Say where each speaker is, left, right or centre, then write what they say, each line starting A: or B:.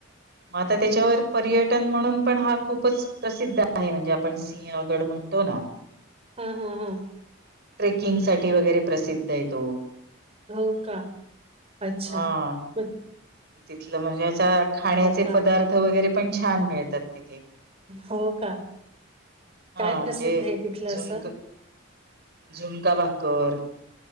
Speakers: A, on the right; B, on the right.
A: मग आता त्याच्यावर पर्यट. म्हणून पण हा खूपच प्रसिद्ध आहे म्हणजे आपण सिंहगड म्हणतो ना.
B: ह ह ह
A: ट्रेकिंगसाठी वगैरे प्रसिद्ध तो
B: हो का अच्छा
A: हा
B: म
A: तिथलं म्हणजेच्या खाण्याचे
B: काय
A: पदार्थ वगैरे पण छान मिळतात तिथे.
B: हो का
A: हा
B: काय
A: म्हणजे
B: प्रसिद्ध आहे तिथलं
A: झुणक
B: असं.
A: झुणका भाकरर